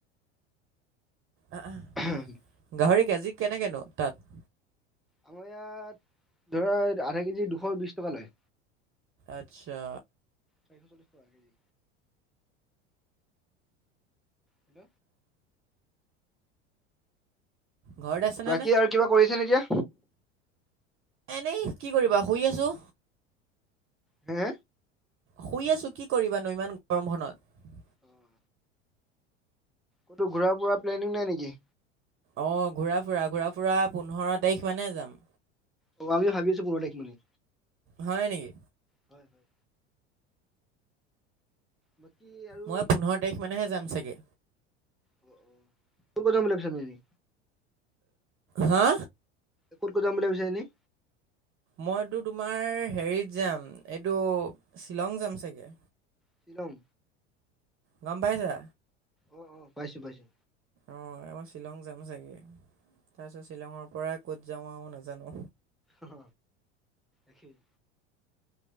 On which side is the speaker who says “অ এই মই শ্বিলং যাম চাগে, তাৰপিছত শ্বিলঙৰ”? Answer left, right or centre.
Right